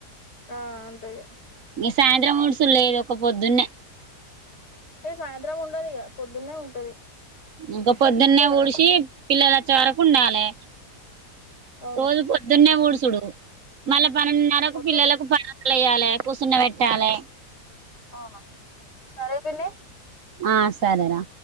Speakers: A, on the left; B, on the right.
A: ఆ అంతేగా,
B: ఇక సాయంత్రం ఉడుసు లేదు ఒక పొద్దున్నే,
A: అ సాయంత్రం ఉండదు ఇగ పొద్దున్నే ఉంటది,
B: ఇగా పొద్దున్నే
A: అంతే కదా
B: వుడిచి పిల్లలు వ వచ్చే వరకు ఉండాలే,
A: అవును
B: రోజు పొద్దున్నే ఊడుస్తా ఉడుసుడు మల్ల పదినారాకు
A: పొద్దున్
B: పిల్లలకు, బాల్లాలు వేయాలి కూసున్న పెట్టాలే,
A: అవునా సరే పిన్ని,
B: ఆ సరేరా